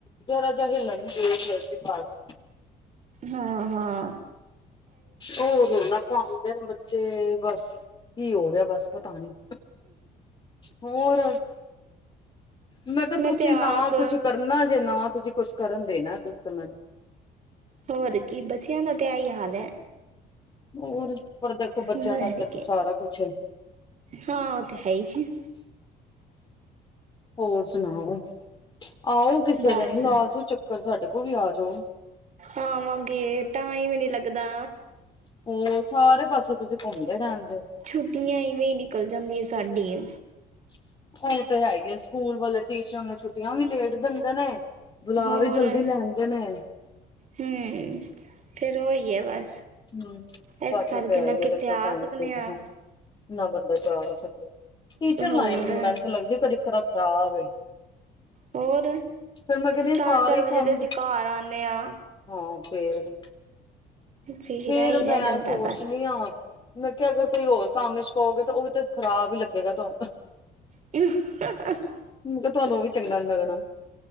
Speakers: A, on the left (about 25°); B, on the right (about 45°).
A: ਰਾਜਾ ਹਿਲਣ ਨਹੀਂ ਦੇ ਰਿਹਾ ਸੀ, <unintelligible> ਪਾਸ
B: ਹਾਂ-ਹਾਂ।
A: ਓ, ਰੌਲਾ ਪਾਂਦੇ ਨੇ ਬੱਚੇ ਬਸ, ਕੀ ਹੋ ਗਿਆ ਬਸ ਪਤਾ ਨੀ। ਹੋਰ, ਮੈਂ ਕਿਹਾ, ਤੁਸੀਂ
B: ਤੇ ਆਪ
A: ਨਾ ਕੁਛ ਕਰ ਨਾ ਜੇ ਨਾ, ਤੁਸੀਂ ਕੁੱਛ ਕਰਨ ਦੇਣਾ, ਤੁਸੀਂ ਮੈਨੂੰ। <unintelligible>
B: ਹੋਰ ਕੀ, ਬੱਚਿਆਂ ਦਾ ਤੇ ਇਹੀ ਹਾਲ ਐ।
A: ਹੋਰ, ਪਰ ਦੇਖੋ ਬੱਚਿਆਂ,
B: ਹੋਰ
A: ਨਾਲ ਦੇਖੋ
B: ਕੀ
A: ਸਾਰਾ ਕੁੱਛ ਐ।
B: ਹਾਂ, ਉਹ ਤੇ ਹੈ ਈ।
A: ਹੋਰ, ਸੁਣਾਓ? ਆਉ, ਕਿਸੇ
B: ਬਸ
A: ਦਿਨ, ਲਾਜੋ ਚੱਕਰ ਸਾਡੇ ਕੋਲ ਵੀ ਆ ਜੋ।
B: ਆਵਾਂਗੇ, ਟਾਈਮ ਈ ਨੀ ਲੱਗਦਾ।
A: ਹੋਰ, ਸਾਰੇ ਪਾਸੇ ਤੁਸੀਂ ਘੁੰਮਦੇ ਰਹਿੰਦੇ ਓ।
B: ਛੁੱਟੀਆਂ, ਇਵੇਂ ਹੀ ਨਿਕਲ ਜਾਂਦੀਆਂ ਸਾਡੀਆਂ।
A: ਉਹੀ, ਤੇ ਹੈਗੇ ਸਕੂਲ ਵਾਲੇ ਟੀਚਰਾਂ ਨੂੰ, ਛੁੱਟੀਆਂ ਵੀ ਲੇਟ ਦਿੰਦੇ ਨੇ, ਬੁਲਾ
B: ਹੋਰ
A: ਵੀ ਜਲਦੀ ਲੈਂਦੇ ਨੇ।
B: ਹੂੰ, ਫਿਰ ਉਹੀ ਹੈ ਬਸ
A: ਹੂੰ
B: ਇਸ
A: ਪਾਸੇ
B: ਕਰਕੇ
A: ਪਿਆ
B: ਨਾ
A: ਈ ਆ,
B: ਕਿਤੇ
A: ਦੇਖੋ ਟਾਈਮ
B: ਸਕਨੇ
A: ਵੀ <unintelligible>
B: ਆ
A: ਨਾ ਬੰਦਾ ਜਾ ਸਕਦਾ, ਟੀਚਰ
B: ਹੋਰ
A: ਲਾਈਨ ਵੀ, ਮੈਨੂੰ ਤਾਂ ਲੱਗਦੀ ਕਦੀ <unintelligible> ਖਰਾਬ ਏ।
B: ਹੋਰ
A: ਫੇਰ ਮੈਂ ਕਹਿੰਦੀ
B: ਚਾਰ-ਚਾਰ
A: ਸਾਰੇ
B: ਵਜੇ
A: ਕੰਮ
B: ਤੇ, ਅਸੀਂ ਘਾਰ ਆਂਨੇ ਆ।
A: ਹਾਂ, ਫੇਰ?
B: ਫਿਰ
A: ਫੇਰ,
B: ਇਹੀ ਰਹਿ
A: ਮੈਂ
B: ਜਾਂਦਾ
A: ਸੋਚਨੀ
B: ਬਸ
A: ਆ। ਮੈਂ ਕਿਹਾ, ਅਗਰ ਕੋਈ ਹੋਰ ਕੰਮ ਵਿਚ ਪਓਗੇ, ਤਾਂ ਉਹ ਵੀ ਤਾਂ, ਖ਼ਰਾਬ ਈ ਲੱਗੇਗਾ ਤੁਹਾ
B: <unintelligible>
A: ਮੈਂ ਕਿਹਾ, ਤੁਹਨੂੰ ਉਹ ਵੀ ਚੰਗਾ ਨੀ ਲੱਗਣਾ।